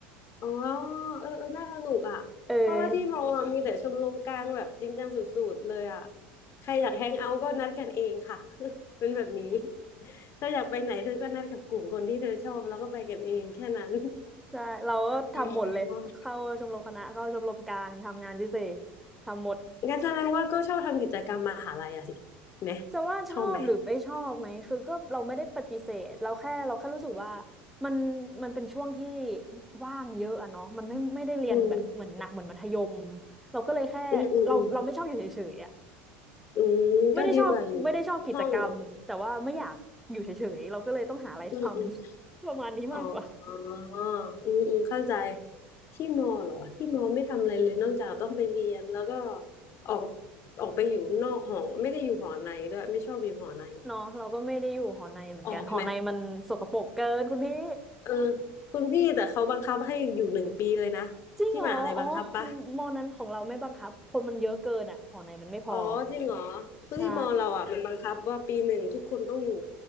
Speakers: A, on the left; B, in the centre.
A: อ๋อเออเออน่าสนุกอ่ะเพราะว่าที่มออะมีแต่ชมรมกลางแบบจริงจังสุดๆเลยอ่ะ
B: เออ
A: ใครอยากแฮงเอาท์ก็นัดกันเองค่ะ <laughs> เป็นแบบนี้เธออยากไปไหนเธอ ก็นัดกับกลุ่มคนที่เธอชอบแล้วก็ไปกันเองแค่นั้น
B: <laughs> ใช่เราก็ทำหมดเลยเข้าชมรมคณะเข้าชมรมกลางทำงานพิเศษทำหมด
A: อ๋องั้นแสดงว่าก็ชอบทำกิจกรรมมหาลัยอะสิไหม
B: จะว่าชอบหรือไม่ชอบไหมคือก็เราไม่ได้ปฏิเสธเราแค่เราแค่รู้สึกว่า
A: ชอบไหม
B: มันมันเป็นช่วงที่ว่างเยอะอะเนาะมันไม่ไม่ได้เรียนแบบเหมือนหนักเหมือนมัธยม
A: อืม
B: เราก็เลยแค่เราเราไม่ชอบอยู่เฉยๆอะ
A: อืมอืมอืมอืมก็ดีกว่าอยู่
B: ไม่ได้ชอบไม่ได้ชอบกิจกรรมแต่ว่าไม่อยากอยู่เฉยๆเราก็เลยต้องหาอะไรทำ
A: ห้องเหรออืม
B: <laughs> ประมาณนี้มากกว่า
A: อ๋ออืมอืมเข้าใจที่มอเหรอที่มอไม่ทำอะไรเลยนอกจากต้องไปเรียนแล้วก็ออกออกไปอยู่นอกหอไม่ได้อยู่หอในด้วยไม่ชอบอยู่หอใน
B: เนาะเราก็ไม่ได้อยู่หอในเหมือนกันหอในมันสกปรกเกินคุณพี่
A: ออกไหมเออคุณพี่แต่เขาบังคับให้อยู่หนึ่งปีเลยนะที่มหาลัยบังคับปะ
B: จริงเหรออ๋อมมอนั้นของเราไม่บังคับคนมันเยอะเกินอ่ะหอในมันไม่พอ
A: อ๋อจริงเหรอคือที่มอเราอ่ะมันบังคับว่าปีหนึ่งทุกคนต้องอยู่
B: ใช่